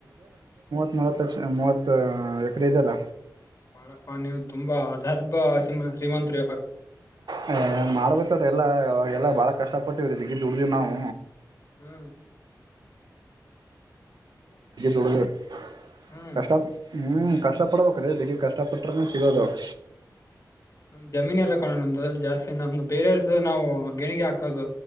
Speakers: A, on the right (about 75°); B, on the left (about 50°).
A: ಮೂವತ್ತು ಲಕ್ಷ ಮೂವತ್ತು ಎಕರೆ ಇದಲ್ಲ
B: ಬಾಳಪ್ಪ ನೀವು ತುಂಬಾ ಅದರ್ಭ ಶ್ರೀಮಂತರು ಇವಾಗ
A: ಹ ಮಾಡ್ಬೇಕಾದ್ರೀ ಎಲ್ಲ ಅವಾಗೆಲ್ಲ ಭಾಳ ಕಷ್ಟಪಟ್ಟಿವಾರಿ ದುಡ್ದಿವವಿ ನಾವು
B: ಹೂ
A: ಹಂಗೆ ದುಡದವಿ
B: ಹ್ಮ್
A: ಕಷ್ಟ ಪಾಟ್ ಹೂ ಕಷ್ಟ ಪಡಬೇಕು ರೋ ಕಷ್ಟಪಟ್ಟ್ರನೇ ಸಿಗೋದು <unintelligible>
B: ನಮ ಜಮೀನ್ ಎಲ್ಲ ಕಾಣೋಣ ನಮ್ದು ಜಾಸ್ತಿ ನಮ್ದು ಬೇರೆಯರ್ದು ನಾವು ಗೆಣಿಗೆ ಹಾಕೋದು